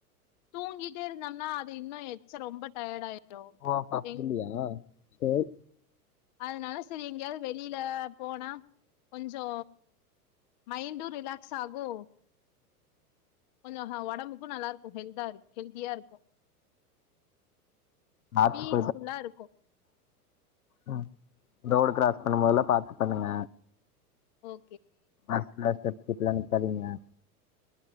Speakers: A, on the left; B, on the left.
A: தூங்கிட்டே இருந்தோம்னா அது இன்னு எச்ச ரொம்ப டயர்டா ஆயி
B: ஓ அப்ப அப்டிங்களா
A: எங்
B: சேரி
A: அதனால சரி எங்கயாவது வெளில போனா கொஞ்சோ மைண்டு ரிலாக்ஸ் ஆகு கொஞ்சோ ஹ ஒடம்புக்கு நல்லா இருக்கு ஹெல்தா இரு ஹெல்தியா இருக்கு
B: பாத்து
A: பீஸ்ஃபுல்லா இருக்கு
B: உம் ரோடு க்ராஸ் பண்ணும் போதெல்லா பாத்து பண்ணுங்க
A: ஓ
B: ஆக்ஸ்லேட்டர் கிட்டலா நிக்காதீங்க